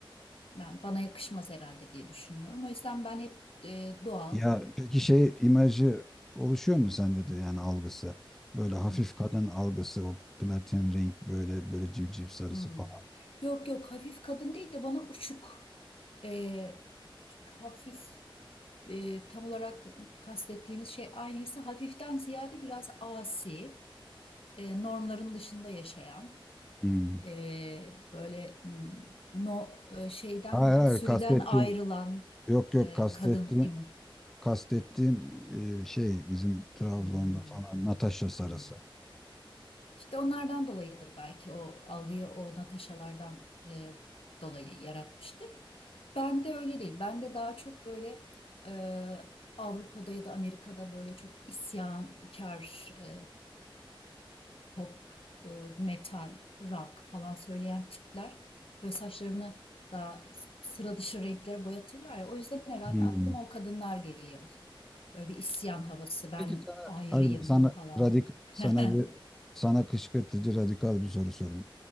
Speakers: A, on the left; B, in the centre.
A: Ben bana yakışmaz herhalde diye düşünüyorum. O yüzden ben hep e, doğal.
B: Ya peki şey imajı oluşuyor mu sende de yani algısı? Böyle hafif
A: Hı,
B: kadın algısı o platin renk böyle böyle civciv sarısı
A: hı.
B: falan.
A: Yok yok hafif kadın değil de bana uçuk. E, çünkü hafif e, tam olarak kastettiğimiz şey aynıysa hafiften ziyade biraz asi, e, normların dışında yaşayan,
B: Hmm.
A: e, böyle hmm, no e, şeyden
B: Hayır hayır
A: sürüden
B: kastettiğim
A: ayrılan
B: yok yok
A: e,
B: kastettiğim
A: kadın imi.
B: kastettiğim e, şey bizim Trabzon'da
A: Hmm,
B: falan Natasha Sarası.
A: hmm. İşte onlardan dolayıdır belki o algıyı o Natasha'lardan e, dolayı yaratmıştır. Ben de öyle değil. Ben de daha çok böyle e, Avrupa'da ya da Amerika'da böyle çok isyankar e, pop, e, metal, rock falan söyleyen tipler böyle saçlarını daha sıra dışı renklere boyatırlar ya. O yüzden herhalde
B: Hmm.
A: aklıma o kadınlar geliyor. Böyle bir isyan havası, ben
B: Peki sana
A: ayrıyım
B: Hadi bak sana
A: falan.
B: radik sana
A: <laughs>
B: bir sana kışkırtıcı radikal bir soru sorayım.